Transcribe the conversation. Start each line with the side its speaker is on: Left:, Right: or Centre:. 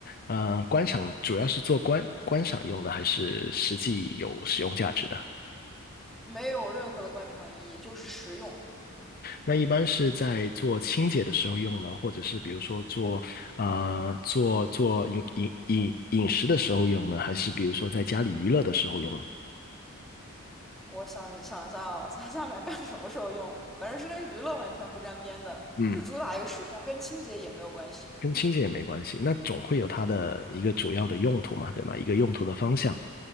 Left: 呃，观赏主要是做观观赏用的，还是实际有使用价值的？
Centre: 没有任何的观赏意义，就是实用。
Left: 那一般是在做清洁的时候用呢，或者是比如说做啊、做做饮饮饮饮食的时候用呢，还是比如说在家里娱乐的时候用呢？
Centre: 我想想一下哦，在下面干什么时候用？反正是跟娱乐完全不沾边的，
Left: 嗯，
Centre: 就主打一个实用，跟清洁也没有关系。
Left: 跟清洁也没关系，那总会有它的一个主要的用途嘛，对吧？一个用途的方向。